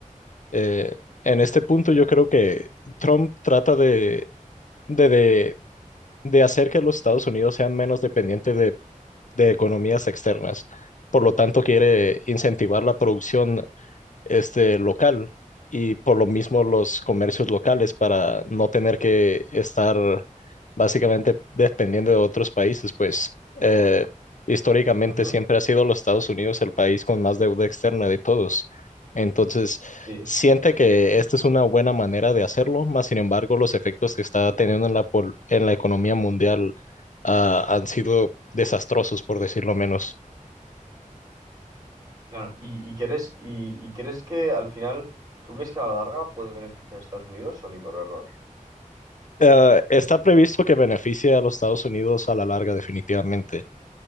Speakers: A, on the left; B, on the right.
A: eh, en este punto, yo creo que Trump trata de, de, de, de hacer que los Estados Unidos sean menos dependientes de, de economías externas. Por lo tanto, quiere incentivar la producción este local y por lo mismo los comercios locales para no tener que estar básicamente dependiendo de otros países, pues eh, históricamente
B: Ujú,
A: siempre ha sido los Estados Unidos el país con más deuda externa de todos. Entonces,
B: Sí,
A: siente que esta es una buena manera de hacerlo, más sin embargo, los efectos que está teniendo en la, pol- en la economía mundial ah, han sido desastrosos, por decirlo menos.
B: claro. ¿Y, y crees, y, y crees que al final, tú crees que a la larga puede beneficiar a Estados Unidos o ni por error?
A: Eh, está previsto que beneficie a los Estados Unidos a la larga, definitivamente.